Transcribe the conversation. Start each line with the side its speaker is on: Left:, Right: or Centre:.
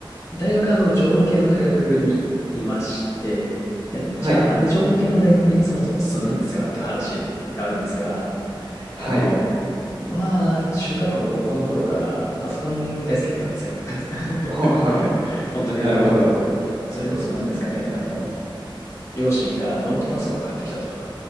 Left: 大学は、あの、情報系の大学にいまして、でじゃあ、
Right: はい、
Left: なんで情報系の大学にそもそも進んだんですかっていう話があるんですが、
Right: はい、
Left: あの、まあ、中学校、高校の頃からパソコン大好きだったんですよ。<laughs>
Right: はい、はい。
Left: 本当にあの、
Right: なるほど。
Left: それこそ何ですかね、あの、両親がノートパソコンを買ってきたと。